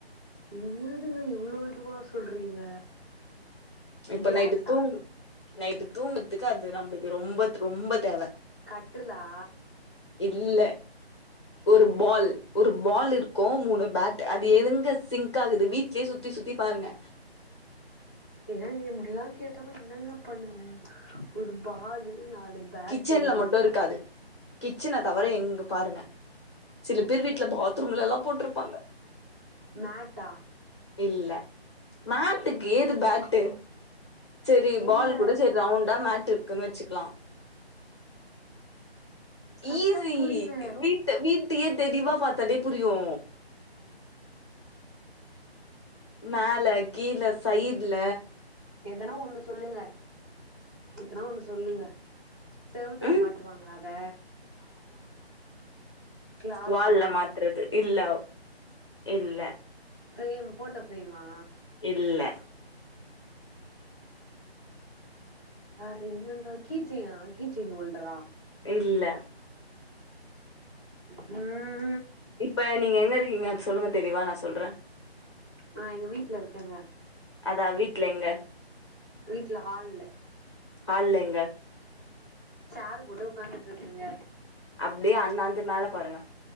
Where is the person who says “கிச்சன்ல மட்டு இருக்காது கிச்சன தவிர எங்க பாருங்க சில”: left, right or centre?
Left